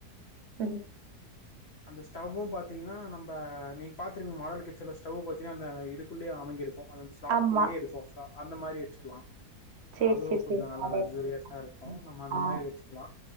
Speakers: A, on the right (about 55°); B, on the left (about 70°).
A: ம்
B: அந்த ஸ்டவ்வும் பாத்தீங்கன்னா நம் இப்ப நீங்க பாத்துருப்பீங்க மாடல் கச்சில ஸ்டவ் பாத்திங்கா அந்த இதுக்குள்ளயே அமிங்கிருக்கும் அதன் ஸ்லாப்புக்குள்ளேயே
A: ஆமா.
B: இருக்கும் ஆ அந்த மாரி வச்சுக்கலாம்
A: சரி,
B: அதுவும்
A: சரி,
B: கொஞ்சம்
A: சரி.
B: நல்ல
A: அதே
B: லக்சுரியஸா
A: மாரி.
B: இருக்கும்
A: ம்.
B: நம்ம அந்த
A: ஆ.
B: மாரி வச்சுக்கலாம்